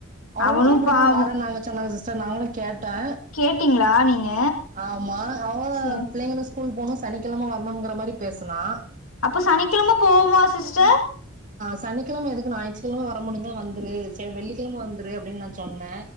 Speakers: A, on the right; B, on the left.
A: அவங்களு
B: அவனு
A: அப்படிதான்
B: பாவோ
A: வரேனு நாங்க சொன்னாங்க சிஸ்டர் நாங்களு கேட்டே
B: கேட்டீங்களா நீங்க
A: ஆமா அவ
B: சே
A: பிள்ளைங்களுக்கு ஸ்கூல் போகனு சனிக்கிழமை வரணும்ங்கற மாதிரி பேசனா
B: அப்ப சனிக்கிழமை போவமா சிஸ்டர்
A: சனிக்கிழமை எதுக்கு ஞாயிற்றுக்கிழமை வர முடிஞ்சா வந்துரு சரி வெள்ளிக்கிழமை வந்துரு அப்படின்னு நான் சொன்னே